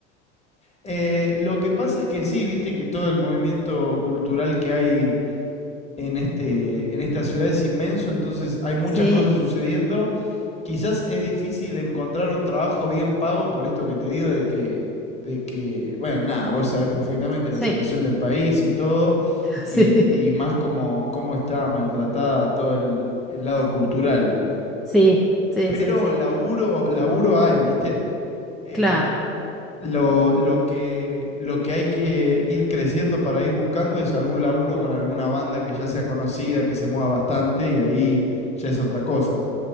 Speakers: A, on the left; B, in the centre.
A: Eh, lo que pasa es que sí, viste que todo el movimiento cultural que hay en este, en esta ciudad es inmenso, entonces hay muchas
B: Sí,
A: cosas sucediendo. Quizás es difícil encontrar un trabajo bien pago por esto que te digo de que, de que, bueno, nada, vos sabés perfectamente
B: sí,
A: la situación del país y todo,
B: <laughs>
A: y,
B: sí,
A: y más como cómo está maltratada todo el el lado cultural.
B: sí, sí,
A: Pero
B: sí, sí,
A: laburo, laburo hay, ¿viste? Eh,
B: claro.
A: lo, lo que, lo que hay que ir creciendo para ir buscando es algún laburo con alguna banda que ya sea conocida, que se mueva bastante y ahí ya es otra cosa.